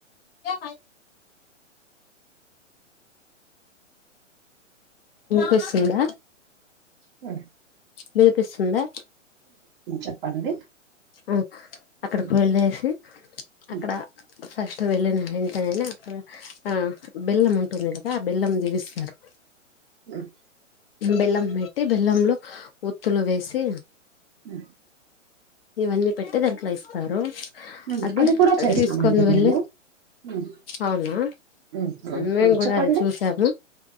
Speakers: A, on the left; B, on the right.
A: ఏ పిస్తుందా
B: ఆ
A: వినిపిస్తుందా
B: చెప్పండి.
A: ఆ అక్కడకిళ్ళేసి
B: హ్మ్. హ్మ్.
A: అక్కడ ఫస్ట్ వెళ్ళిన వెంటనేనే అక్కడ ఆ బెల్లం ఉంటుంది కదా ఆ బెల్లం దీవిస్తారు
B: హ్మ్.
A: బెల్లం పెట్టి బెల్లంలో ఉత్తులు వేసి
B: ఆ
A: ఇవన్నీ పెట్టి దాంట్లో ఇస్తారు
B: హ్మ్
A: అది
B: కూడా చేసినామండి
A: తీసుకొని వెళ్ళి
B: మేము హ్మ్
A: అవునా
B: హ్మ్ హ్మ్
A: మేము
B: హ్మ్.
A: కూడా
B: చెప్పండి
A: అది చూసాము